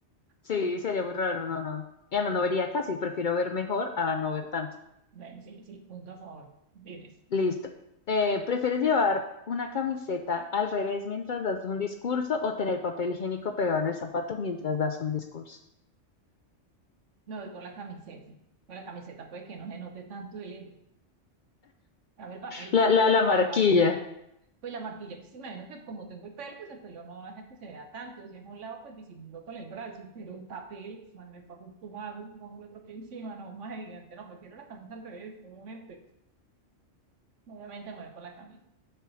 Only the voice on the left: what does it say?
Sí,
sería muy raro, no, no. Y
además no vería casi, prefiero ver mejor a no ver tanto.
Listo. Eh, ¿prefieres llevar una camiseta al revés mientras das un discurso o tener papel higiénico pegado en el zapato mientras das un discurso?
La, la, la marquilla.